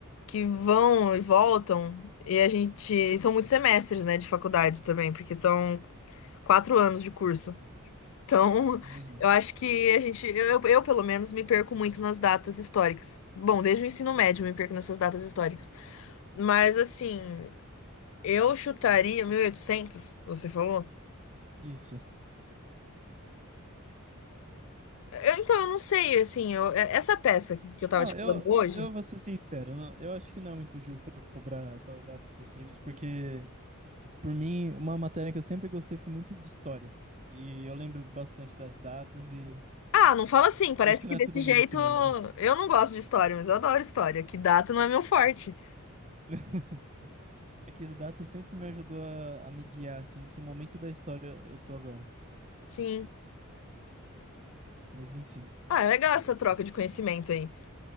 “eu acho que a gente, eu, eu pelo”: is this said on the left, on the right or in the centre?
Left